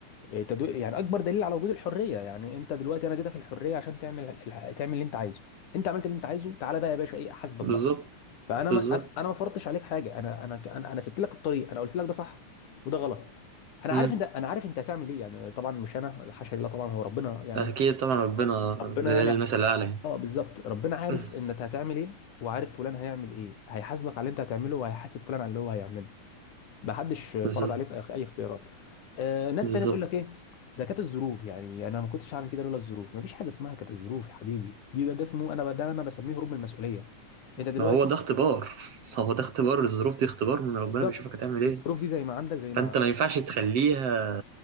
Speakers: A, on the left (about 80°); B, on the right (about 55°).
A: إيه، تدو... يعني اكبر دليل على وجود الحريه يعني انت دلوقتي انا اديتك الحريه عشان تعمل ال- تعمل اللي انت عايزه انت عملت اللي انت عايزه تعالى بقى يا باشا ايه احاسبك
B: بالظبط
A: بقى فانا
B: بالظبط
A: ما انا أنا ما فرضتش عليك حاجه انا انا انا انا سبت لك الطريق انا قلت لك ده صح وده غلط انا
B: امم
A: عارف انت انا عارف انت هتعمل ايه يعني طبعا مش انا حاشا لله طبعا هو ربنا يعني
B: اكيد طبعا
A: آه.
B: ربنا
A: ربنا
B: لله
A: يعني
B: المثل الاعلى يعني
A: اه بالظبط ربنا عارف
B: مم.
A: ان انت هتعمل ايه وعارف فلان هيعمل ايه هيحاسبك على اللي انت هتعمله وهيحاسب فلان على اللي هو هيعمله محدش فرض
B: بالظبط
A: عليك اي أي اختيارات آه ناس
B: بالظبط
A: تانية تقول لك ايه ده كانت الظروف يعني يعني انا ما كنتش هعمل كده لولا الظروف مفيش حاجه اسمها كانت الظروف يا حبيبي دي ده, ده اسمه انا ب- ده انا بسميه هروب من المسؤوليه انت دلوقتي
B: ما هو ده اختبار <laughs> هو ده اختبار الظروف دي اختبار من ربنا
A: بالظبط
B: بيشوفك هتعمل ايه
A: الظروف دي زي ما عندك زي ما
B: فانت ما ينفعش تخليها